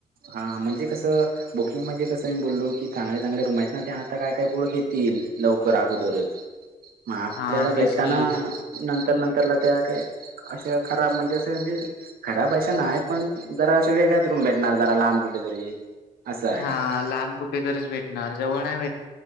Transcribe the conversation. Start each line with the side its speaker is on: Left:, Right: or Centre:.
Right: हा. म्हणजे कसं. बुकिंग म्हणजे कसं मी बोललो की चांगले चांगल्या रूम आहेत ना, ते आता काय काय पोरं घेतील लवकर अगोदरच. मग आपल्याला
Left: हा
Right: भेटताना
Left: तेच की
Right: नंतर नंतरला त्या काय. अशे खराब म्हणजे असं म्हणजे खराब अशा नाहीत पण जरा वेगळाच रूम भेटणार जरा लांब कुठेतरी. असं आहे
Left: हा लांब कुठेतरीच भेटणार. जवळ नाही भेट